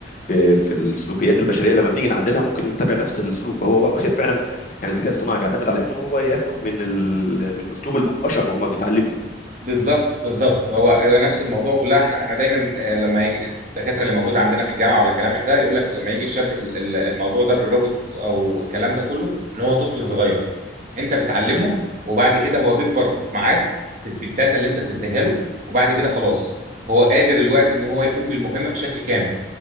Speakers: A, on the left (about 45°); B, on the right (about 45°).
A: في في السلوكيات البشريه لما بنيجي نعدلها ممكن نتبع نفس السلوك فهو واخد فعلا يعني الذكاء الصناعي بيعتمد على انه هو ياخد من ال من اسلوب البشر وهما بيتعلموا
B: بالظبط بالظبط هو هو نفس الموضوع كلها احنا احنا دايما آه، لما يجي الدكاتره اللي موجوده عندنا في الجامعه ولا كلام من ده يقول لك لما يجي يشبه ال- ال- الموضوع ده بالروبوت او الكلام ده كله ان هو طفل صغير انت بتعلمه
A: م- م.
B: وبعد كده هو بيكبر معاك ب- بالداتا اللي انت بتديها له وبعد كده خلاص هو قادر الوقت ان هو يقوم بالمهمه بشكل كامل